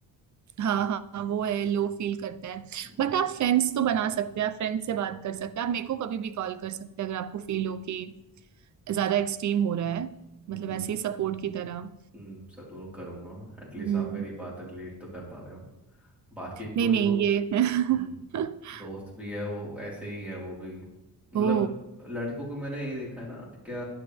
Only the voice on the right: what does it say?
हाँ हाँ हाँ, वो है लो फील करता है
बट आप फ्रेंड्स तो बना सकते हैं आप फ्रेंड्स से बात कर सकते हैं आप मेरे को कभी भी कॉल कर सकते हैं अगर आपको फील हो कि ज्यादा एक्सट्रीम हो रहा है
मतलब ऐसे ही सपोर्ट की तरह
हम्म
नहीं नहीं
ये
<laughs>
ओ